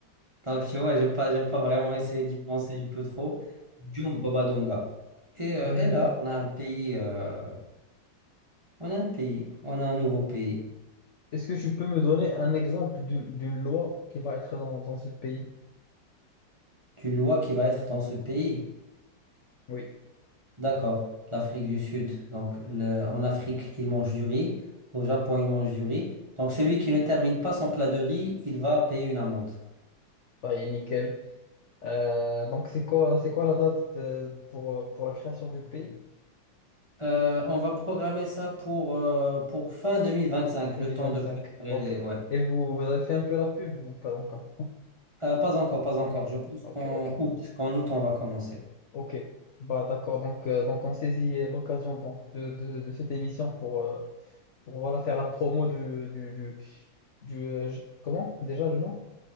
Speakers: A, on the right; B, on the left.
A: Donc, tu vois, j'ai pas, j'ai pas vraiment essayé d'y penser un peu trop. Djung babadonga Et, euh,
B: Mhm.
A: et là, on a un pays, euh, on a un pays, on a un nouveau pays,
B: Est-ce que tu peux me donner un exemple d'une d'une loi qui va être dans, dans ce pays?
A: d'une loi qui va être dans ce pays.
B: Oui,
A: D'accord, l'Afrique du Sud. Donc, le- en Afrique, ils mangent du riz. Au Japon, ils mangent du riz. Donc, celui qui ne termine pas son plat de riz, il va payer une amende.
B: ça y est, nickel. Euh, donc, c'est quoi, c'est quoi la date euh, pour, euh, pour la création du pays?
A: Euh, on va programmer ça pour, euh, pour fin 2025,
B: 2025.
A: le temps de préparer
B: Ok.
A: les... Ouais.
B: Et vous, vous avez fait un peu la pub ou pas encore?
A: Euh, pas encore, pas
B: Ok.
A: encore. Je pense
B: Ok,
A: qu'en
B: ok,
A: août, qu'en août, on va commencer.
B: ok. Bah d'accord, donc, euh, donc on saisit euh, l'occasion donc, de, de, de cette émission pour, euh, pour voilà, faire la promo du, du, du, du, euh, je- comment? Déjà le nom?